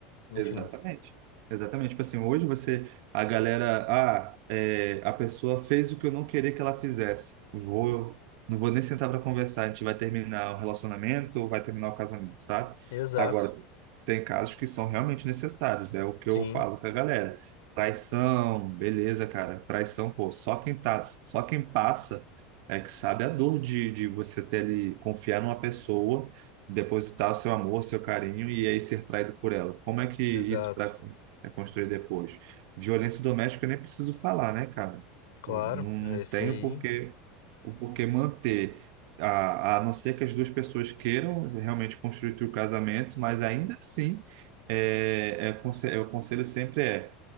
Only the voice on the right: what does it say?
Exatamente. Exatamente. Tipo assim, hoje você, a galera, ah, é, a pessoa fez o que eu não queria que ela fizesse. Vou, não vou nem sentar para conversar. A gente vai terminar o relacionamento ou vai terminar o casamento, sabe?
Agora, tem casos que são realmente necessários. É o que
eu falo com a galera. Traição, beleza, cara. Traição, pô, só quem tá, só quem passa é que sabe a dor de, de você ter ali, confiar numa pessoa depositar o seu amor, seu carinho e aí ser traído por ela. Como é que isso
pra, é construído depois? Violência doméstica eu nem preciso falar, né, cara?
Eu Não, não
tenho
porquê, o porquê manter, a, a não ser que as duas pessoas queiram realmente construir o casamento, mas ainda assim, é, é, conse- é, o conselho sempre é